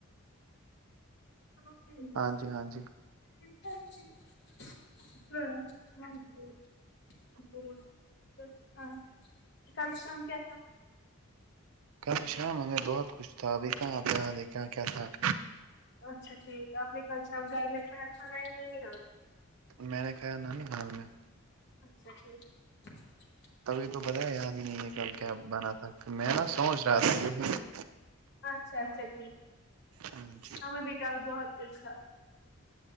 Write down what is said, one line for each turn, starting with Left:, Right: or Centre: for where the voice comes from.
Left: <inaudible>
Right: ہاں جی ہاں جی
Left: <inaudible> کل شام کیا تھا
Right: کل شام ہمیں بہت خوچھ تھا ابھی کہاںب یہاں دیک کہ کیا تھا <inaudible>
Left: اچھا ٹھیک ہے آپ نے کل شام گھر میں کایا کھانا یا نہیں آ
Right: میں نے کھایا ن نہیں حال میں
Left: اچھا ٹھیک <inaudible>
Right: تبھی تو پتا ہے یاد ہی نہیں یہ کل کیا بنا تھا میں نا سوچ رہا تھا یہ <inaudible>
Left: اچھا اچھا ٹھیک
Right: ہاں جی
Left: ہمیں بھی کل بہت کچھ تھا